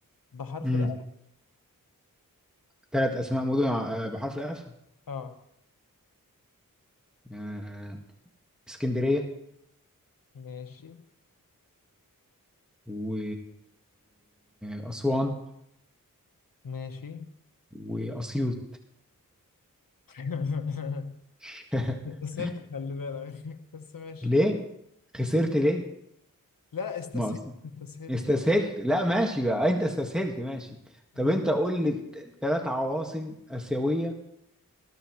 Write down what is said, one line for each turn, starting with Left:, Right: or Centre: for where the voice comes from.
Left: بحرف
Centre: امم
Left: الألف
Centre: ثلاث اسماء مدن ع- بحرف الاف
Left: اه
Centre: آه، اسكندرية
Left: ماشي
Centre: و... واسوان
Left: ماشي
Centre: واسيوط
Left: <laughs>
Centre: <laughs>
Left: استسهلت خلي بالك <laughs> بس ماشي
Centre: ليه خسرت
Left: است...
Centre: ليه
Left: لا استسهلت
Centre: ما أص...
Left: استسهلت
Centre: استسهلت لا ماشي بقى آه، انت استسهلت ماشي طب
Left: ماشي
Centre: انت قول لي ثلاث عواصم اسيويه